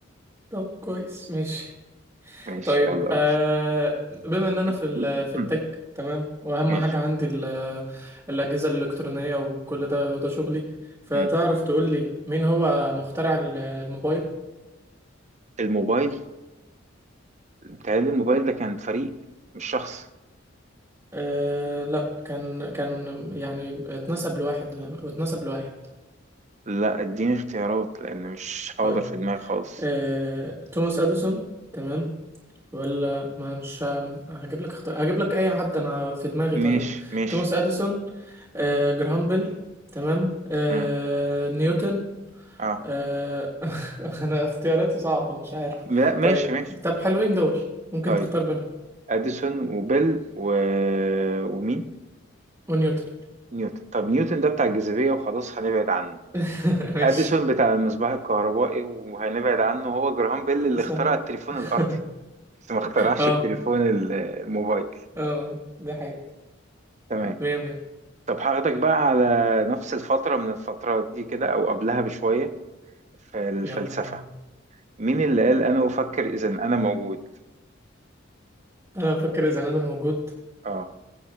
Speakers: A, on the right; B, on the right.
A: طب كويس ماشي
B: ماشي
A: طيب
B: يلا قول
A: آه بما إن أنا في
B: <clears throat>
A: ال- في التك تمام وأهم
B: ماشي
A: حاجة عندي ال- الأجهزة الإلكترونية وكل ده وده شغلي فتعرف
B: مم.
A: تقول لي مين هو مخترع ال- الموبايل؟
B: الموبايل بتهيألي الموبايل ده كان فريق مش شخص
A: أه لا كان كان يعني اتنسب لواحد اتنسب لواحد
B: لا اديني اختيارات لأن مش حاضر
A: طيب
B: في دماغي خالص
A: أه توماس اديسون تمام ولا ما مش ه- هجيب لك اختار هجيب لك اي حد انا في دماغي طيب
B: ماشي ماشي
A: توماس اديسون أه جراهام بيل تمام أه
B: مم.
A: نيوتن
B: اه
A: أه <laughs> انا اختياراتي صعبة مش عارف
B: لا ماشي
A: طيب
B: ماشي
A: طب حلوين دول ممكن
B: طيب
A: تختار بينهم
B: أديسون وبيل و... ومين؟
A: ونيوتن
B: نيوتن طب نيوتن ده بتاع الجاذبية وخلاص هنبعد عنه
A: <laughs> ماشي
B: أديسون بتاع المصباح الكهربائي وهنبعد عنه هو جراهام بيل اللي
A: صحيح
B: اخترع التليفون
A: <laughs>
B: الأرضي بس ما اخترعش
A: اه
B: التليفون ال- الموبايل
A: اه آه، ده حقيقة
B: تمام
A: مية مية
B: طب هاخدك بقى على نفس الفترة من الفترات دي كده أو قبلها بشوية في الفلسفة
A: يلا بينا
B: مين اللي قال أنا أفكر إذا أنا موجود؟
A: انا بفكر اذا انا موجود
B: آه